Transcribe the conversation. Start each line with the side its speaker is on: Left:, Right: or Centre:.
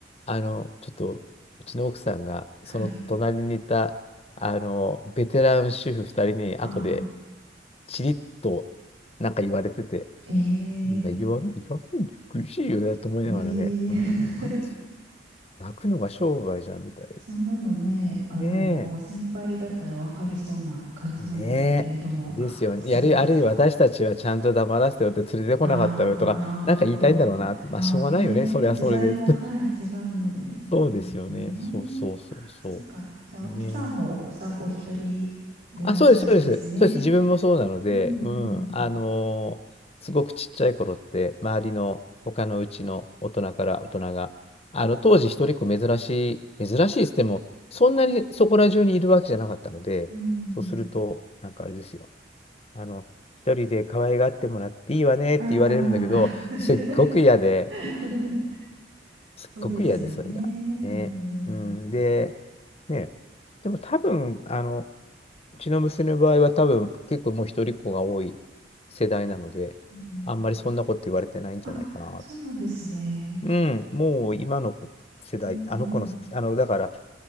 Left: あの、ちょっと、うちの奥さんが、
Right: はい。
Left: その隣にいた、あの、ベテラン主婦二人に、
Right: ああ、
Left: 後で、チリッと、なんか言われてて、
Right: ええ
Left: みんな言わ、言わないで苦しいよね、と思いながらね、
Right: ええ
Left: うん、
Right: <laughs>
Left: なんつ泣くのが商売じゃん、みたい
Right: そんなのね、あの、
Left: な。ね
Right: 先輩だったら分かりそうな感じなんですけれども、
Left: え、ねえ。ですよね。
Right: ああそうですか。
Left: やる、あるいは私たちはちゃんと黙らせてよって連れてこなかったよとか、
Right: ああ、ああ、
Left: なんか言いたいんだろうなって、まあ、
Right: ああね、
Left: しょうがないよね、それはそれでって。
Right: 時代も、はい、
Left: <laughs>
Right: 違うので、
Left: そうですよね。
Right: そうですね。
Left: そうそうそうそ
Right: あそっか。じゃあ、脇さんもお子さんお一人でいらっしゃるんですね。
Left: う。ねえ。あ、そうです、そうです。そうです。自分もそうなので、
Right: うん、
Left: うん。あのーすごくちっちゃい頃って、
Right: うん、
Left: 周りの他のうちの大人から大人が、あの、当時一人っ子珍しい、珍しいっつっても、そんなにそこら中にいるわけじゃなかったので、
Right: うん。
Left: そうすると、なんかあれですよ。あの、一人で可愛がってもらっていいわねって言われるんだけど、
Right: ああ、
Left: すっごく嫌で、
Right: <laughs>
Left: すっごく嫌で、
Right: そうですよね。
Left: それが。ね。
Right: うん、
Left: うん、
Right: う
Left: で、ね。でも多分、あの、うちの娘の場合は多分結構もう一人っ子が多い世代なので、
Right: ん。
Left: あんまりそんなこと言われてないんじゃないかな。
Right: あ、そうなんですね。
Left: うん、もう今の子世代、
Right: うん、う
Left: あの子の、
Right: ん。
Left: あの、だから、